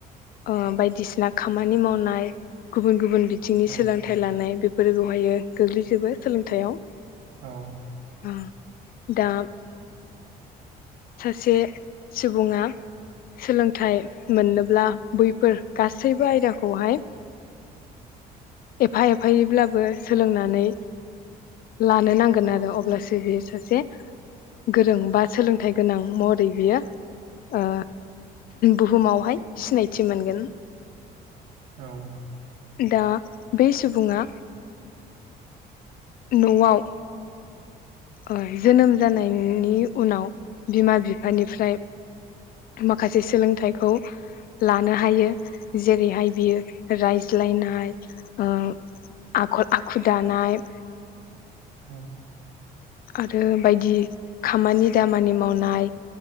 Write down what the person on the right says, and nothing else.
औ
औ
औ
औ